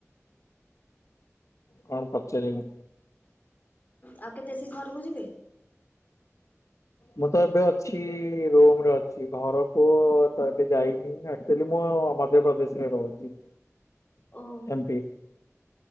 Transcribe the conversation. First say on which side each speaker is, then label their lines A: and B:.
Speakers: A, on the left (about 70°); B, on the left (about 30°).
A: କଣ ପଚାରିବେ?
B: ଆଉ କେତେ ସିଏ ଘରକୁ ଯିବେ?
A: ମୁଁ ତ ଏବେ ଅଛି ରୁମ୍ ରେ ଅଛି। କି ଘରକୁ ତ ଏବେ ଯାଇନି ଆକ୍ଚୁଲି ମୁଁ ମଧ୍ୟପ୍ରଦେଶରେ ରହୁଛି।
B: ଓ।
A: ଏମପି